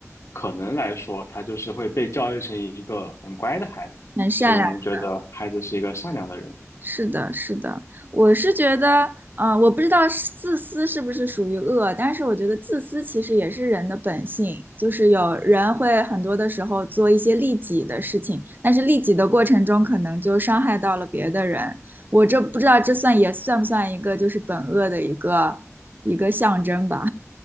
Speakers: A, on the left; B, on the right.
A: 可能来说，他就是会被教育成一个很乖的孩子。
B: 很善良。
A: 所以我们觉得孩子是一个善良的人。
B: 的。是的，是的，我是觉得，嗯、我不知道是自私是不是属于恶，但是我觉得自私其实也是人的本性，就是有人会很多的时候做一些利己的事情，但是利己的过程中可能就伤害到了别的人。我这不知道这算也算不算一个就是本恶的一个一个象征吧？